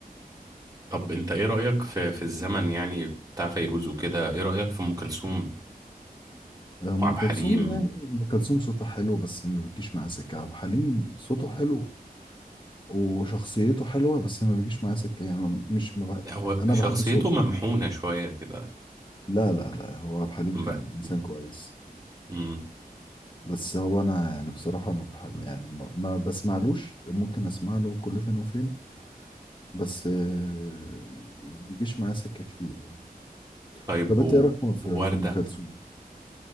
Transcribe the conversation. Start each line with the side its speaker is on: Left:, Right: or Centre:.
Right: طب انت ايه رأيك في في الزمن يعني بتاع فيروز وكده ايه رأيك في ام كلثوم
Left: ام
Right: وعبد
Left: كلثوم
Right: الحليم
Left: يعني ام كلثوم صوتها حلو بس ما بتجيش معاه سكه عبد الحليم صوته حلو وشخصيته حلوه بس ما بيجيش معاه سكه يعني مش ما بح...
Right: لا هو
Left: يعني انا
Right: شخصيته
Left: بحب صوته
Right: ممحونة شوية كده
Left: لا لا لا هو عبد الحليم
Right: بقى
Left: كان انسان كويس
Right: امم
Left: بس هو انا يعني بصراحه ما بحب يعني ما, ما بسمعلوش ممكن اسمع له كل فين وفين بس آه، ما بيجيش معاه سكه كتير يعني
Right: طيب
Left: طب
Right: و-
Left: انت ايه رايك في في
Right: ووردة
Left: في ام كلثوم